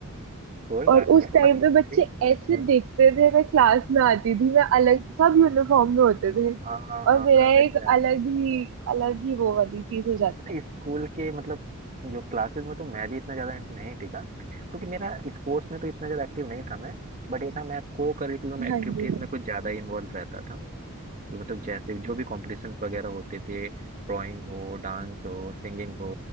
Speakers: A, on the right; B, on the right.
A: कोई
B: और
A: बात नहीं
B: उस
A: है
B: टाइम
A: मतलब
B: पे
A: फिर
B: बच्चे
A: भी
B: ऐसे
A: हम्म
B: देखते थे मैं क्लास में आती थी मैं अलग सब यूनिफॉर्म में होते थे
A: हाँ हाँ हाँ
B: और मेरा
A: करेक्ट
B: एक
A: यार
B: अलग ही अलग ही वो वाली चीज हो जाती
A: पता है, स्कूल के मतलब जो क्लासेस में तो मैं भी इतना ज़्यादा नहीं टिका क्योंकि मेरा स्पोर्ट्स में तो इतना ज़्यादा एक्टिव नहीं था मैं बट ये था मैं को करिकुलम एक्टिविटीज़
B: हाँ जी
A: में कुछ ज़्यादा इन्वॉल्व रहता था जो मतलब जैसे जो भी कॉम्पिटिशन्स वगैरह होते थे ड्राइंग हो डांस हो सिंगिंग हो